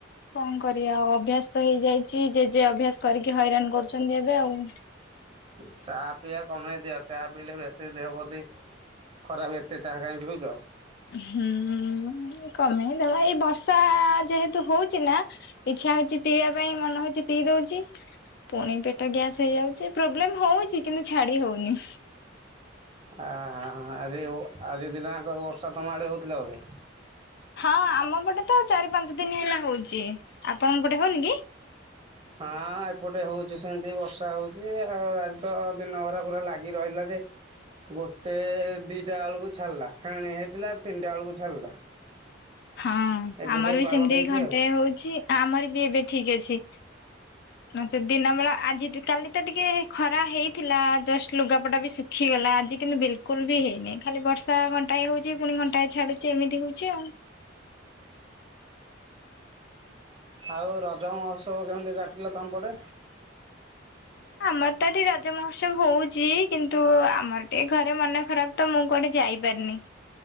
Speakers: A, on the left; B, on the right.
A: କଣ କରିବା ଅଭ୍ୟାସ ତ ହେଇଯାଇଚି ଜେଜେ ଅଭ୍ୟାସ କରିକି ହଇରାଣ କରୁଛନ୍ତି ଏବେ ଆଉ।
B: ଚା ପିଇବା କମେଇ ଦିଅ ଚା ପିଇଲେ ବେଶୀ ଦେହ ପ୍ରତି। ଖରାପେ ଏତେ ଚାହା କାଇଁ ପିଉଚ?
A: ହୁଁ ଏମତି କମେଇଦବା ଏଇ ବର୍ଷା ଯେହେତୁ ହୋଉଚି ନା। ଇଚ୍ଛା ହଉଛି ପିଇବା ପାଇଁ ମନ ହଉଛି ପିଇ ଦଉଚି। ପୁଣି ପେଟ ଗ୍ୟାସ ହେଇଯାଉଛି ପ୍ରୋବ୍ଲେମ ହଉଛି କିନ୍ତୁ ଛାଡି ହୋଉନି।
B: ଆ ଆଜି ହୋ ଆଜି ଦିନଯାଙ୍କ ବର୍ଷା ତମଆଡ଼େ ହୋଉଥିଲା ବୋଧେ?
A: ହଁ ଆମପଟେ ତ ଚାରି ପାଞ୍ଚ ଦିନ ହେଲା ହୋଉଚି ଆପଣଙ୍କ ପଟେ ହଉନି କି?
B: ହଁ ଏପଟେ ହଉଚି ସେମତି ବର୍ଷା ହୋଉଚି ଆଉ ଆଜି ତ ଦିନଭରା ପୁରା ଲାଗି ରହିଲା ଯେ। ଗୋଟେ ଦିଟାଳୁକୁ ଛାଡ଼ଲା ଫେଣି ହେଇଥିଲା ତିନଟାଳୁକୁ ଛାଡ଼ିଲା।
A: ହଁ
B: ଏବେ
A: ଆମର
B: ଟିକେ
A: ବି
B: ପାଗ
A: ସେମତି
B: ଦେଇଛି
A: ଘଣ୍ଟେ
B: ଆଉ
A: ହଉଛି ଆମର ବି ଏବେ ଠିକ ଅଛି। ନଚେତ୍‌ ଦିନ ବେଳା ଆଜିଠୁ କାଲି ତ ଟିକେ ହେ ଖରା ହେଇଥିଲା ଜଷ୍ଟ ଲୁଗାପଟା ବି ସୁ ହେଇଗଲା ଆଜି କିନ୍ତୁ ବିଲକୁଲ ବି ହେଇନିଁ ଖାଲି ବର୍ଷା ଘଣ୍ଟାଏ ହୋଉଚି ପୁଣି ଘଣ୍ଟାଏ ଛାଡୁଚି ଏମିତି ହୋଉଚି ଆଉ।
B: ଆଉ ରଜ ମହୋତ୍ସବ କେମତି କାଟିଲ ତମପଟେ?
A: ଆମର ତ ଏଠି ରଜ ମହୋତ୍ସବ ହୋଉଚି କିନ୍ତୁ ଆମର ଟିକେ ଘରେ ମନ ଖରାପ। ତ ମୁଁ କୁଆଡେ ଯାଇପାରିନି।